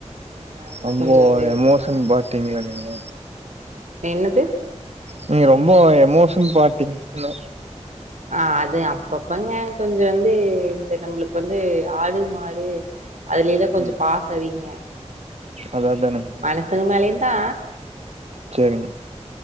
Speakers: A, on the right; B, on the right.
A: ம் அதல
B: ரொம்போ
A: கொஞ்ச வந்து இது
B: எமோஷன்
A: பண்ண மாட்ட
B: பாட்டீங்களா நீங்க
A: என்னது
B: நீங்க ரொம்போ எமோஷன் பார்டீங் அனால
A: ஆ அது அப்பப்பங்க கொஞ்ச வந்து இந்த நம்மளுக்கு வந்து ஆடு மா டு அதுலேல்ல கொஞ்ச
B: ம்
A: பாச அதிகங்க
B: அது அதானுங்க
A: மனுசங்க மேலயு தா
B: செரிங்க